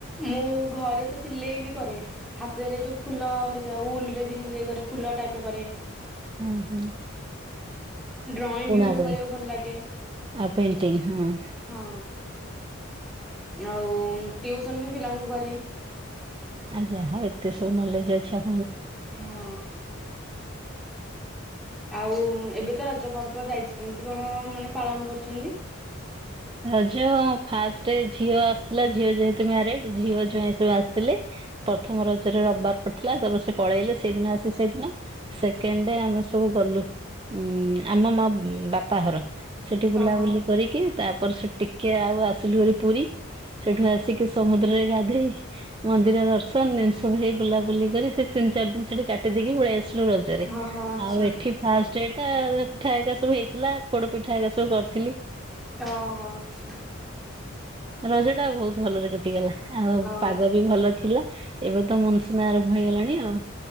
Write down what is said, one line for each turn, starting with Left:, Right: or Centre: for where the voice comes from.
Centre: ମୁଁ ଘରେ ତ ସିଲେଇ ବି କରେ ହାତରେ ଯୋଉ ଫୁଲ ହେରିକା ଉଲ୍ ରେ ବି ସିଲେଇ କରେ। ଫୁଲ ଟାଇପ୍ କରେ।
Right: ଅଁ, ହୁଁ।
Centre: ଡ୍ରଇଂ
Right: ବୁଣାବୁଣି
Centre: ବି ମୋତେ କରିବାକୁ ଭଲ ଲାଗେ।
Right: ଆଉ ପେଣ୍ଟିଂ ହଁ।
Centre: ହଁ ଆଉ ଟିଉସନ୍ ବି ପିଲାଙ୍କୁ କରେ।
Right: ଯାହା ହଉ ଏତେ ସବୁ ନଲେଜ୍ ଅଛି ଆ
Centre: ହଁ। ଆଉ ଏବେ ତ ରଜ ପର୍ବ ଯାଇଛି। କେମିତି କଣ ମାନେ ପାଳନ କରିଚନ୍ତି?
Right: ରଜ ଫାଷ୍ଟ ଝିଅ ଆସିଥିଲା ଝିଅ ଯେହେତୁ ମ୍ୟାରେଡ୍ ଝିଅ ଜୁଆଇଁ ସବୁ ଆସିଥିଲେ। ପ୍ରଥମ ରଜରେ ରବବାର ପଡିଥିଲା ତାପରେ ସେ ପଳେଇଲେ ସେଇଦିନ ଆସି ସେଇଦିନ। ସେକେଣ୍ଡେ ଆମେ ସ ସବୁ ଗଲୁ ଉଁ, ଆମ ମୋ ଉଁ, ବାପା ଘର ସେଠି ବୁଲାବୁଲି
Centre: ଓହୋ
Right: କରିକି। ତା ପର ସେ ଟିକିଏ ଆଉ ଆସିଲୁ ଭାରି ପୁରୀ। ସେଠୁ ଆସିକି ସମୁଦ୍ରରେ ଗାଧେଇ ମନ୍ଦିର ଦର୍ଶନ ଏମିତି ସବୁ ହେଇ ବୁଲାବୁଲି କରି ସେ ତିିନ ଚାରି ଦିନ ସେଠି କାଟି ଦେଇକି ପଳେଇ ଆସି ଲୁ ରଜରେ।
Centre: ଓହୋ ଆଚ୍ଛା
Right: ଆଉ ଏଠି ଫାଷ୍ଟେ ଠା ଇଏ ପିଠା ଏକା ସବୁ ହେଇଥିଲା ପୋଡ ପିଠା ଏକା ସବୁ କରିଥିଲି।
Centre: ଓହୋ! ଆଚ୍ଛା।
Right: ରଜ ଟା ବହୁତ ଭଲରେ କଟିଗଲା। ଆଉ
Centre: ଓ
Right: ପାଗ ବି ଭଲ ଥିଲା। ଏବେ ତ ମନସୁନ ଆରମ୍ଭ ହେଇଗଲାଣି ଆଉ।